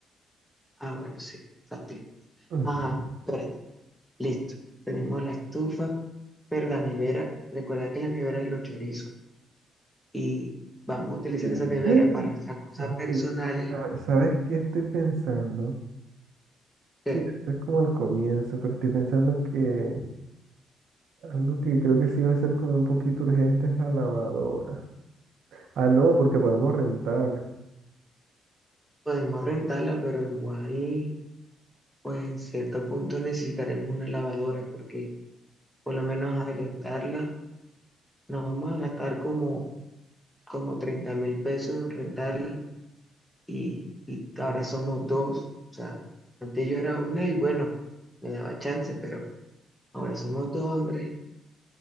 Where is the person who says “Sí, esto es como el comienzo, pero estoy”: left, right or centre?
Right